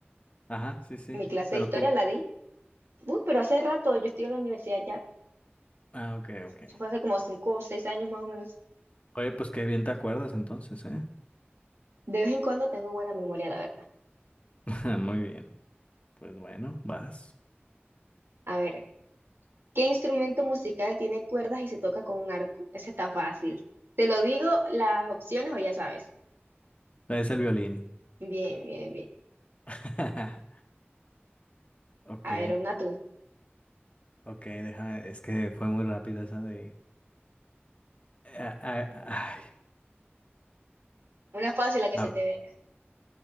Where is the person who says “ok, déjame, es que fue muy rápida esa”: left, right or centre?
Left